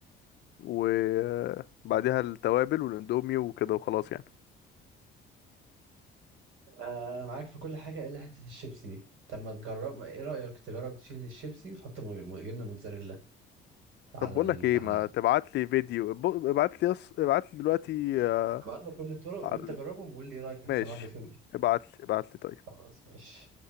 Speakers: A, on the left; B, on the right.
A: وبعديها التوابل والاندومي وكده وخلاص يعني
B: آه انا معاك في كل حاجه الا حته الشيبسي دي طب ما تجرب ما ايه رايك تجرب تشيل الشيبسي وتحط م- م- جبنه موتزاريلا على
A: طب بقول
B: ال...
A: لك ايه
B: على
A: ما تبعت لي فيديو ابعت لي ابعت لي دلوقتي آه،
B: ابعت لك كل الطرق
A: على
B: وانت
A: ال-
B: جربهم وقول لي ايه رايك احسن
A: ماشي
B: واحده فيهم ايه
A: ابعت لي ابعت لي طيب
B: خلاص ماشي